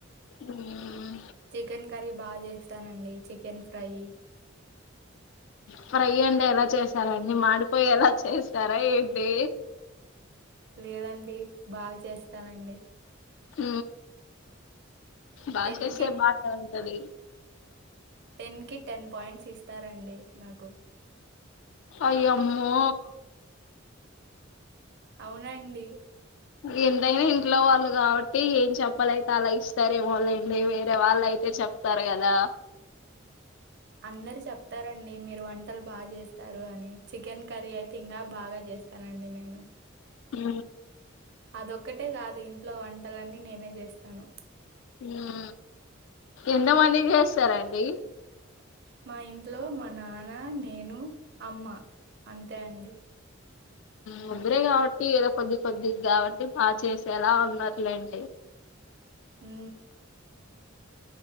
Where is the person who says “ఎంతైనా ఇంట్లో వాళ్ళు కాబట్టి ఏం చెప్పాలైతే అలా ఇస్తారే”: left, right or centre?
Left